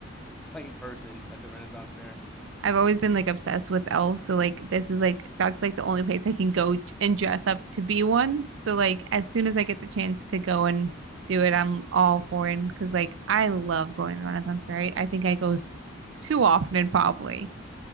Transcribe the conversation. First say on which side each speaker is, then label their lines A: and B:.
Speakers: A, in the centre; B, on the right (about 70°).
A: plain person at the Renaissance fair.
B: I've always been like obsessed with elves, so like this is like that's like the only place I can go and dress up to be one. So like as soon as I get the chance to go and do it, I'm all for it because like I love going to the Renaissance Fair. I think I go s too often probably.